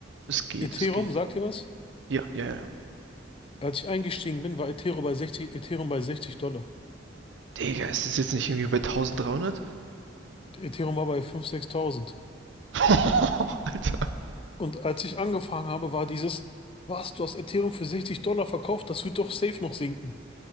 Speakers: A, on the right; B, on the left.
A: es geht,
B: Ethereum,
A: es geht.
B: sagt dir was?
A: Ja, ja, ja.
B: Als ich eingestiegen bin, war Ethereum bei 60, Ethereum bei 60 Dollar.
A: Digga, ist es jetzt nicht irgendwie bei 1300?
B: Ethereum war bei 5.000, 6.000.
A: <laughs>
B: Und als ich angefangen habe, war dieses, was, du hast Ethereum für 60 Dollar verkauft? Das wird doch safe noch sinken.